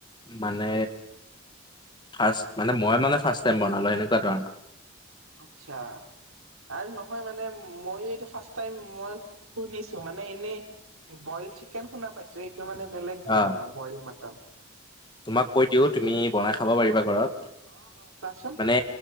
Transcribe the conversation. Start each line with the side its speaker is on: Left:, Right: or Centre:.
Left: মানে ফাৰ্ষট মানে মই মানে ফাৰ্ষ্ট টাইম বনালোঁ এনেকুৱা ধৰণৰ।
Right: আচ্ছা। আৰু নহয় মানে ময়ো এইটো ফাৰ্ষ টাই মই শুনিছো মানে এনে বয় চিকেন শুনা পাইছো এইটো মানে বেলেগ ধৰণৰ
Left: অ',
Right: বইল মাটন।
Left: তোমাক কৈ দিও তুমি বনাই খাব পাৰিবা ঘৰত
Right: কোৱাচোন।
Left: মানে